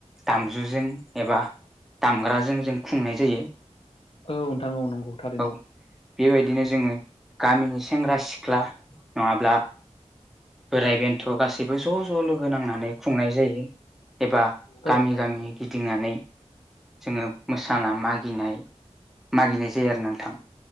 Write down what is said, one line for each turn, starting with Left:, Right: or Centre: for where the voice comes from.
Centre: दामजुजों एबा दामग्राजों जों खुंनाय जायो।
Left: औ नोंथां औ नंगौ थारैनो।
Centre: औ बेबायदिनो जोङो गामिनि सेंग्रा सिख्ला नङाब्ला। बोराय बेन्थ' गासैबो ज' ज' लोगो नांनानै खुंनाय जायो। एबा
Left: औ
Centre: गामि गामि। गिदिंनानै जोङो मोसाना मागिनाय मागिनाय जायो आरो नोंथां।